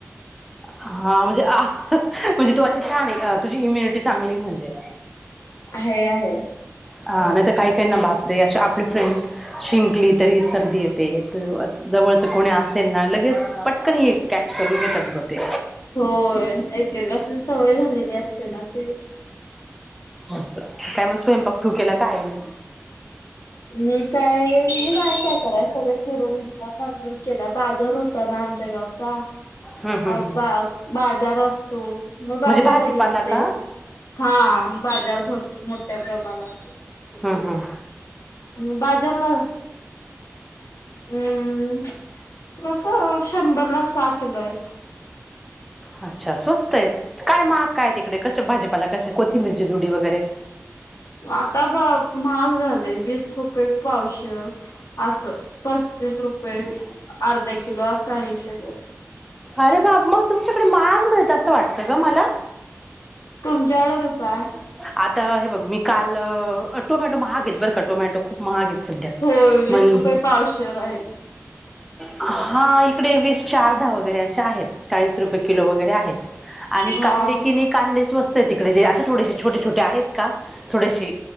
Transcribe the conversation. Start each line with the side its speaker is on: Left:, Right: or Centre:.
Centre: हा म्हणजे म्हणजे तू अशी छान आहे तुझी इम्युनिटी चांगली मजेत
Left: आहे आहे.
Centre: ह नाहीतर काही काहीना बापरे असे आपले फ्रेंड शिंकलीत तरी सर्दी येते त जवळच कोणी असेल ना लगेच पटकनही कॅच करून घेतात बघ होते
Left: होय एक कासनी सवय झालेली असते ना ती
Centre: अस काय मग स्वयंपाक तु क केला का आईने
Left: मी काय मी नाही काय कराय सगळ फिरून दिला मनवन केला बाजार होता ना आमच्या गावचा
Centre: हम्म हम्म
Left: आज
Centre: हम्म
Left: बा बाजार असत मग बाजारला
Centre: म्हणजे भाजीपाला
Left: गेल ते
Centre: का हम्म
Left: हा बाजार भरतो मोठ्या प्रमाणात
Centre: हम्
Left: हम बाजारला हम् कस शंभर ला सहा किलो आहेत
Centre: अच्छा स्वस्त आहेत काय महाग काय तिकडे कस भाजीपाला कोथिंबीरची जोडी वगैरे
Left: आता ब महाग झालंय वीस रुपय पावशेर अस पस्तीस रुपये अर्धा किलो अस आहे ह
Centre: अरे बा मग तुमच्याकडे महाग मिळत अस वाटत ग मला
Left: तुमच्याकडे कसं आहे
Centre: आता हे बघ मी काल टोमॅटो महाग घेत बरं का टोमॅटो खूप महागेत सध्या
Left: होय वीस
Centre: मण
Left: रुपये पावशेर आहेत
Centre: हा इकडे वीस चारधहा वगैरे असे आहेत चाळीस रुपये किलो वगैरे आहेत आणि
Left: हा
Centre: कांदे किने कांदेच वस्त आहेत तिकडे जे असे थोडेसे छोटे छोटे आहेत का थोडेसे